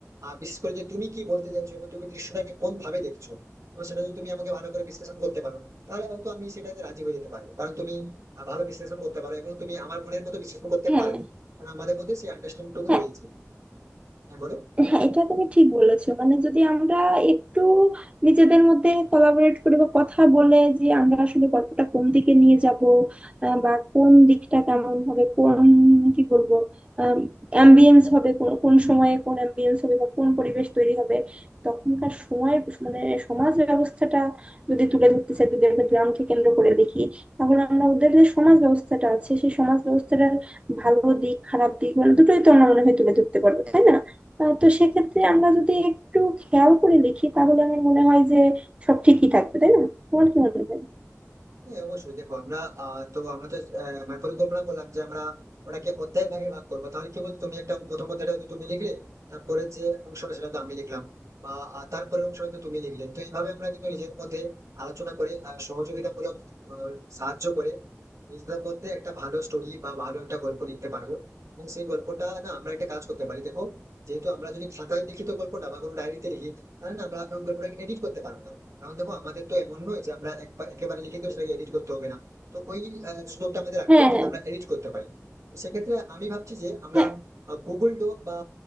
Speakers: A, on the right (about 75°); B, on the right (about 25°).
A: আর বিশেষ করে যে তুমি কি বলতে চাইছো এবং তুমি দৃশ্যটাকে কোন ভাবে দেখছো এবং সেটা যদি তুমি আমাকে ভালো করে বিশ্লেষণ করতে পারো তাহলে হয়তো আমি সেটাতে রাজি হয়ে যেতে পারবো কারণ তুমি আহ, ভালো বিশ্লেষণ করতে পারো এবং তুমি আমার মনের মতো বিশ্লেষণ করতে
B: হ্যাঁ
A: পারবে কারণ আমাদের মধ্যে সেই আন্ডারস্ট্যান্ডিংটুকু
B: হ্যাঁ
A: রয়েছে হ্যাঁ বলো
B: হ্যাঁ এটা তুমি ঠিক বলেছো মানে যদি আমরা একটু নিজেদের মধ্যে কোলাবরেট করি বা কথা বলে যে আমরা আসলে গল্পটা কোন দিকে নিয়ে যাব আহ, বা কোন দিকটা কেমন হবে কোন কি বলবো অ্যাম্বিয়েন্স হবে কোন কোন সময়ে কোন অ্যাম্বিয়েন্স হবে বা কোন পরিবেশ তৈরি হবে তখনকার সময়ের মানে সমাজ ব্যবস্থাটা যদি তুলে ধরতে চাই যদি একটা গ্রামকে কেন্দ্র করে দেখি তাহলে আমরা ওদের যে সমাজ ব্যবস্থাটা আছে সেই সমাজ ব্যবস্থাটার ভালো দিক খারাপ দিক মানে দুটোই তো আমরা মনে হয় তুলে ধরতে পারবো তাই না আহ, তো সেক্ষেত্রে আমরা যদি একটু খেয়াল করে লিখি তাহলে আমার মনে হয় যে সব ঠিকই থাকবে তাই না তোমার কি মনে হয়
A: হ্যাঁ, অবশ্যই দেখো আমরা আহ, তো আমরা তো আহ, মানে পরিকল্পনা করলাম যে আমরা ওটাকে অধ্যায় ভাগে ভাগ করবো তাহলে কি বলতো তুমি একটা প্রথম অধ্যায়টা হয়তো তুমি লিখলে তারপরে যে অংশটা সেটা তো আমি লিখলাম বা আহ, তারপরের অংশটা তো তুমি লিখলে তো এইভাবে আমরা কিন্তু নিজের মধ্যে আলোচনা করে আহ, সহযোগিতামূলক আহ, সাহায্য করে নিজেদের মধ্যে একটা ভালো স্টোরি বা ভালো একটা গল্প লিখতে পারবো এবং সেই গল্পটা না আমরা একটা কাজ করতে পারি দেখো যেহেতু আমরা যদি খাতায় লিখিত গল্পটা বা কোনো ডায়েরিতে লিখি তাহলে না আমরা ওই গল্পটাকে এডিট করতে পারবো না কারণ দেখো আমাদের তো এমন নয় যে আমরা একবার একেবারে লিখে তো সেটাকে এডিট করতে হবে না তো ওই আহ, সুযোগটা আমাদের রাখতে
B: হ্যাঁ
A: হবে যাতে
B: হ্যাঁ
A: আমরা এডিট করতে পারি তো সেক্ষেত্রে আমি ভাবছি যে আমরা
B: হ্যাঁ
A: গুগল ডক বা